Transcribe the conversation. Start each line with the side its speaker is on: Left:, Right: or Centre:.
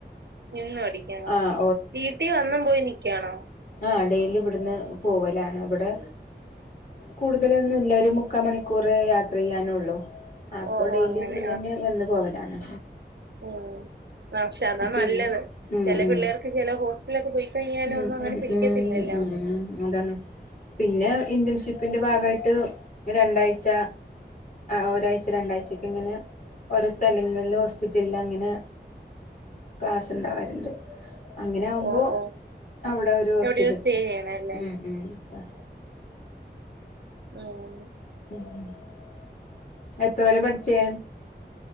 Right: നിന്നു പടിക്കണോ
Left: ആഹ്
Right: വീട്ടീ വന്നും പോയി നിക്കാണോ
Left: ആ ഡെയിലി ഇവിടുന്ന് പോവലാണ് ഇവിടെ കൂടുതലൊന്നുല്ല ഒരു മുക്കാ മണിക്കൂർ യാത്ര ചെയ്യാനുള്ളൂ അപ്പൊ
Right: ഓ ഓ
Left: ഡെയിലി
Right: അങ്ങനെ
Left: ഇവിട്ന്നന്നെ വന്ന് പോവലാണ്
Right: ഓ അ ക്ഷെ അതാ
Left: പിന്നെ
Right: നല്ലത്
Left: ഉം
Right: ചെലെ
Left: ഉം
Right: പിള്ളേർക്ക് ചെലെ ഹോസ്റ്റല്ലൊക്കെ പോയിക്കഴിഞ്ഞാലും
Left: ഉം
Right: ഒന്നും അങ്ങനെ
Left: ഉം
Right: പിടിക്കത്തില്ലല്ലോ
Left: ഉം അതാണ് പിന്നെ ഇന്റേൺഷിപ്പിന്റെ ഭാഗായിട്ട് രണ്ടാഴ്ച ആ ഒരാഴ്ച രണ്ടാഴ്ചൊക്കെ ഇങ്ങനെ ഓരോ സ്ഥലങ്ങളിൽ ഹോസ്പിറ്റലിൽ അങ്ങനെ ക്ലാസ് ഇണ്ടാവലുണ്ട് അങ്ങനെ ആവുമ്പോ
Right: ഓ ഓ
Left: അവിടെ ഒരു ഹോസ്റ്റലിക്കും
Right: എവിടെയോ സ്റ്റേ ചെയ്യണല്ലേ
Left: മ് മ് അ
Right: ആഹ്
Left: <inaudible> എത്തോരെ പഠിച്ചേ